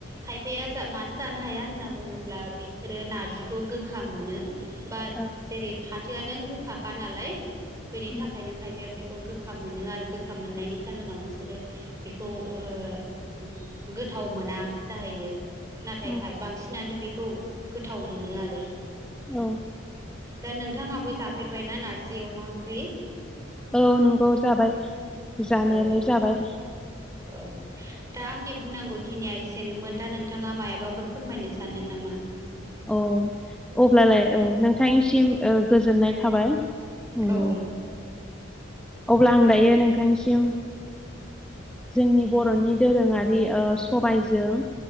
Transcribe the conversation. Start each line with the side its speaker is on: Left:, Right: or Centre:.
Right: खायफाया जा मानो जानो हाया होनना बुङोब्ला बिसोरो नारजिखौ गोखा मोनो बा
Centre: औ
Right: जेरै फाथोआनो गोखाखा नालाय बेनि
Centre: उम
Right: थाखायनो खायफाया खौ गोखा मोनो आरो गोखा मोननायनि जाहोनाव बिसोरो बेखौ ओ गोथाव मोना जाहैयो नाथाय
Centre: उम
Right: बांसिनानो बेखौ गोथाव मोनो आरो
Centre: औ
Right: दा नोंथाङाबो जाफेरबायना नारजि अमा ओंख्रि
Centre: औ नंगौ जाबाय जानायालाय
Right: औ
Centre: जाबाय
Right: औ दा आंनिया बुंनांगौ खिनिया एसेनोमोन दा नोंथाङा मायबाफोर फोरमायनो सानदों नामा
Centre: औ अब्लालाय औ नोंथांनिसिम गोजोननाय थाबाय उम
Right: औ
Centre: अब्ला आं दायो नोंथांसिम जोंनि बर'नि दोरोङारि सबायजों